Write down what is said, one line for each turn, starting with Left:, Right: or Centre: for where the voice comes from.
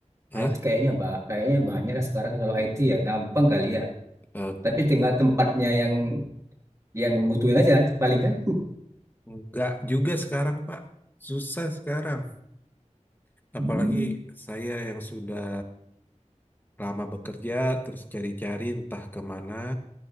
Left: ah,
Right: IT kayaknya ba- kayaknya banyak lah sekarang kalau IT ya gampang kali ya.
Left: eh,
Right: Tapi tinggal tempatnya yang yang butuhin aja paling kan.
Left: nggak juga sekarang Pak, susah sekarang. Apalagi
Right: Hmm,
Left: saya yang sudah lama bekerja, terus cari-cari entah kemana,